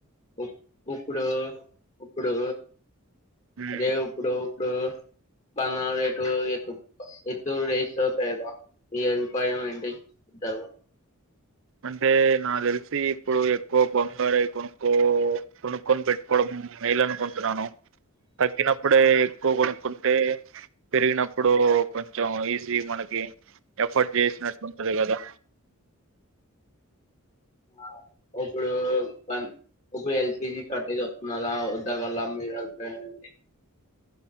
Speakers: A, on the left (about 30°); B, on the right (about 60°).
A: ఉప్ ఉప్పుడు ఉప్పుడు
B: ఉమ్
A: అదే ఉప్పుడు ఉప్పుడు <unintelligible>
B: అంటే నాకు తెలిసి ఇప్పుడు ఎక్కువ బంగారయి కొనుక్కో కొనుక్కొని పెట్టుకోవడం మేలు అనుకుంటున్నాను తగ్గినప్పుడే కో కొనుకుంటే పెరిగినప్పుడు కొంచెం ఈజీ మనకి ఎఫోర్ట్ చేసినట్ అదే కదా
A: ఇంగ ఇప్పుడు కం ఇప్పుడు ఎల్పిజీ షార్టేజ్ వస్తున్నాద దాని వల్ల మీ అభిప్రాయం ఎంటి